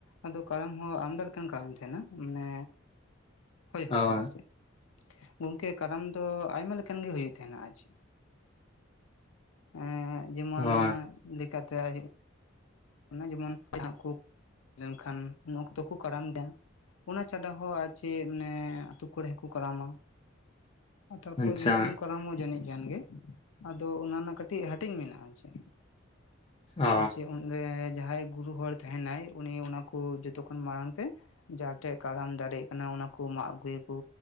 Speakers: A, on the left; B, on the left.
A: ᱟᱫᱚ ᱠᱟᱨᱟᱢ ᱦᱚᱸ ᱟᱢ ᱪᱮᱜ ᱞᱮᱠᱟᱱ ᱠᱟᱨᱟᱢ ᱛᱮᱦᱮᱸᱱᱟ ᱢᱟᱱᱮ ᱦᱳᱭ ᱦᱳᱭ
B: ᱚ
A: ᱟᱨ ᱪᱮᱫ᱾ ᱜᱚᱝᱠᱮ ᱠᱟᱨᱟᱢ ᱫᱚ ᱟᱭᱢᱟ ᱞᱮᱠᱟᱱ ᱜᱮ ᱦᱩᱭᱩᱜ ᱛᱮᱦᱮᱸᱱᱟ ᱟᱨ ᱪᱮᱫ᱾ ᱮᱸᱜ ᱡᱮᱢᱚᱱ
B: ᱚ
A: ᱞᱮᱠᱟ ᱛᱮ ᱟᱭ ᱦᱩᱭᱩᱜ ᱚᱱᱟ ᱡᱮᱢᱚᱱ <unintelligible> ᱡᱟᱦᱟᱸ ᱠᱩ ᱞᱮᱱᱠᱷᱟᱱ ᱩᱱ ᱚᱠᱛᱚ ᱠᱩ ᱠᱟᱨᱟᱢ ᱜᱮᱭᱟ᱾ ᱚᱱᱟ ᱪᱷᱟᱰᱟ ᱦᱚᱸ ᱟᱨ ᱪᱮᱜ ᱢᱟᱱᱮ ᱟᱹᱛᱩ ᱠᱚᱨᱮ ᱦᱚᱸ ᱠᱩ ᱠᱟᱨᱟᱢᱟ᱾ ᱛᱟᱨᱯᱚᱨ
B: ᱟᱪᱪᱷᱟ
A: ᱫᱤᱥᱚᱢ ᱠᱟᱨᱟᱢ ᱦᱚᱸ ᱡᱟᱹᱱᱤᱡ᱾ ᱜᱟᱱ ᱜᱮ ᱟᱫᱚ ᱚᱱᱟ ᱨᱮᱱᱟᱜ ᱠᱟᱹᱴᱤᱡ ᱦᱟᱹᱴᱤᱧ ᱢᱮᱱᱟᱜ-ᱟ ᱪᱮ
B: ᱚ
A: ᱟᱨ ᱪᱮᱜ ᱚᱸᱰᱮ ᱡᱟᱦᱟᱸᱭ ᱜᱩᱨᱩ ᱦᱚᱲ ᱛᱟᱦᱮᱸ ᱱᱟᱭ ᱩᱱᱤ ᱚᱱᱟ ᱠᱩ ᱡᱚᱛᱚ ᱠᱷᱚᱱ ᱢᱟᱬᱟᱝ ᱛᱮ ᱡᱟᱦᱟᱸ ᱴᱷᱮᱜ ᱠᱟᱨᱟᱢ ᱫᱟᱨᱮᱜ ᱠᱟᱱᱟ ᱚᱱᱟ ᱠᱚ ᱢᱟᱜ ᱟᱹᱜᱩ ᱭᱟᱹᱠᱩ